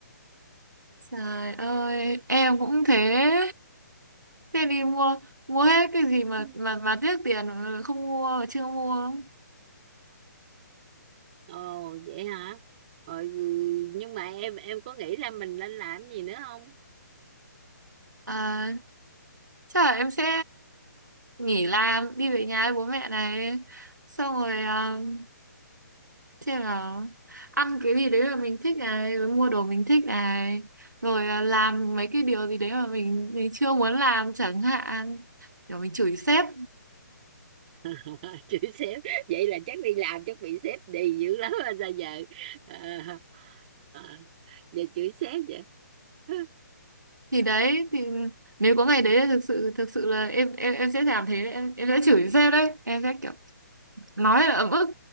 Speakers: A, on the right (about 75°); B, on the right (about 30°).
A: Trời ơi, em cũng thế. Thế đi mua mua hết cái gì mà
B: Ừ.
A: mà mà tiếc tiền không mua mà chưa mua.
B: ồ vậy hả rồi ừ, nhưng mà em em có nghĩ ra mình nên làm gì nữa không
A: À, chắc là em sẽ nghỉ làm đi về nhà với bố mẹ này. Xong rồi um, xem nào ăn cái gì đấy mà mình thích này, rồi mua đồ mình thích này, rồi à, làm mấy cái điều gì đấy mà mình mình chưa muốn làm chẳng hạn. Rồi mình chửi sếp
B: <laughs> chữ sếp vậy là chắc đi làm chắc bị sếp đì dữ lắm rồi sao giờ à, à, giờ chữ sếp vậy <laughs>
A: thì đấy thì nếu có ngày
B: Ừ.
A: đấy thực sự thực sự là em em em sẽ làm thế đấy. em em sẽ chửi sếp đấy em sẽ kiểu nói là ấm ức